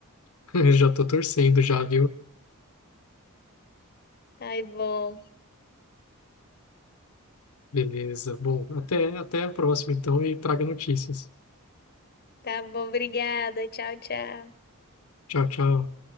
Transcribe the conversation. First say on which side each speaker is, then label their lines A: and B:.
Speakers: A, on the left (about 80°); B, on the left (about 45°).
A: <laughs> Eu Já tô torcendo já, viu?
B: Tá bom.
A: Beleza. Bom, até, até a próxima então e traga notícias.
B: Tá bom, obrigada. Tchau, tchau.
A: Tchau, tchau.